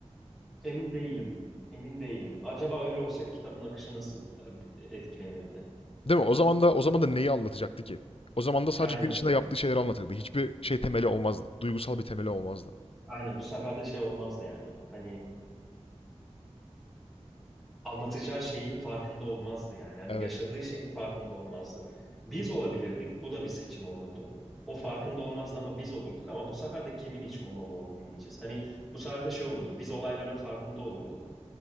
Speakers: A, in the centre; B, on the left.
A: emin değilim. Emin değilim. Acaba öyle olsa kitabın akışı nasıl e, etkilenirdi?
B: Değil mi? O zaman da o zaman da neyi anlatacaktı ki? O zaman da sadece
A: Aynen.
B: gün içinde yaptığı şeyleri anlatırdı. Hiçbir şey temeli olmazdı. Duygusal bir temeli olmazdı.
A: Aynen bu sefer de şey olmazdı yani. Hani anlatacağı şeyin farkında olmazdı yani. Hani
B: Evet.
A: yaşadığı şeyin farkında olmazdı. Biz olabilirdik. Bu da bir seçim olurdu. O farkında olmazdı ama biz olurduk ama bu sefer de kimin iç monoloğunu dinleyeceğiz? Hani bu sefer de şey olurdu. Biz olayların farkında olurduk